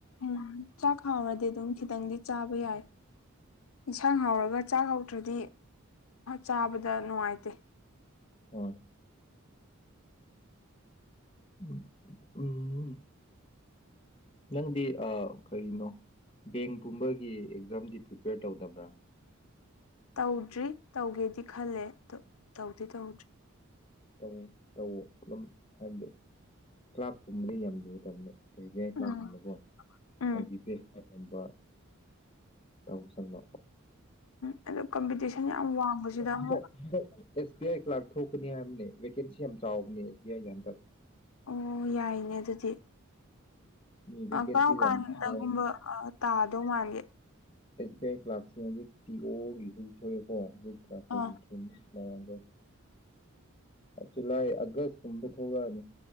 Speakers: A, on the left; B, on the left.
A: ꯎꯝ ꯆꯥꯛ ꯈꯥꯎꯔꯗꯤ ꯑꯗꯨꯝ ꯈꯤꯇꯪꯗꯤ ꯆꯥꯕ ꯌꯥꯏ ꯏꯟꯁꯥꯡ ꯍꯧꯔꯒ ꯆꯥꯛ ꯍꯧꯧꯗ꯭ꯔꯗꯤ ꯆꯥꯕꯗ ꯅꯨꯡꯉꯥꯏꯇꯦ
B: ꯍ ꯎꯝ ꯎꯝ ꯅꯪꯗꯤ ꯑ ꯀꯔꯤꯅꯣ ꯕꯦꯡ ꯄꯨꯝꯕꯒꯤ ꯑꯦꯛꯖꯥꯝꯗꯤ ꯄ꯭ꯔꯤꯄꯦꯌꯔ ꯇꯧꯗꯕ꯭ꯔꯥ
A: ꯇꯧꯗ꯭ꯔꯤ ꯇꯧꯒꯦꯗꯤ ꯈꯜꯂꯦ ꯇꯧꯗꯤ ꯇꯧꯗ꯭ꯔꯤ
B: ꯧ ꯇꯧ ꯑꯗꯨꯝ ꯍꯥꯏꯕꯗꯤ ꯂꯥꯛꯄꯨꯝꯕꯗꯤ ꯌꯥꯝ ꯂꯨꯗꯕꯅꯤ ꯀꯩ
A: ꯎꯝ
B: ꯀꯨꯝꯕꯀꯣ
A: ꯎꯝ
B: ꯑꯩꯕꯤ ꯄꯦ ꯁꯨꯝꯕ ꯇꯧꯁꯪꯕ
A: ꯎꯝ ꯑꯗꯨ ꯀꯝꯄꯤꯇꯤꯁꯟ ꯌꯥꯝ ꯋꯥꯡꯕꯁꯤꯗ ꯑꯃꯨꯛ
B: <unintelligible> ꯕꯤ ꯑꯥꯏ ꯀ꯭ꯂꯥꯛ ꯊꯣꯛꯀꯅꯤ ꯍꯥꯏꯕꯅꯦ ꯚꯦꯀꯦꯟꯁꯤ ꯌꯥꯝ ꯆꯥꯎꯕꯅꯦ ꯑꯦꯁ ꯕꯤ ꯑꯥꯏꯒꯤ ꯍꯟꯗꯛ
A: ꯑꯣ ꯌꯥꯏꯅꯦ ꯑꯗꯨꯗꯤ
B: ꯃꯤ
A: ꯀꯔꯝ
B: ꯚꯦꯀꯦꯟꯁꯤ
A: ꯀꯥꯟꯗꯒꯨꯝꯕ
B: ꯌꯥꯝ ꯆꯥꯎꯅ
A: ꯇꯥꯗꯧ ꯃꯥꯟꯒꯦ
B: ꯑꯦꯁ ꯕꯤ ꯑꯥꯏ ꯀ꯭ꯂꯥꯁꯁꯤꯦ ꯍꯧꯖꯤꯛ ꯄꯤ ꯑꯣꯒꯤꯁꯨꯖꯤꯛ ꯊꯣꯛꯑꯦꯀꯣ ꯍꯧꯖꯤꯛ ꯀ꯭ꯂꯥꯁ
A: ꯑ
B: ꯊꯒ ꯨꯂꯥꯏ ꯑꯒꯁ ꯀꯕ ꯊꯒꯅꯤ